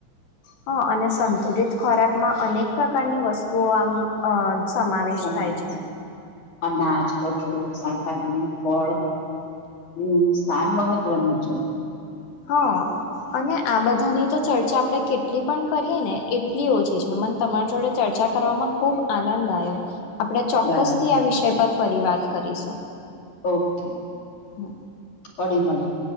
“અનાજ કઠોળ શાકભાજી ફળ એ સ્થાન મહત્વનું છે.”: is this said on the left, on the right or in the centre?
Left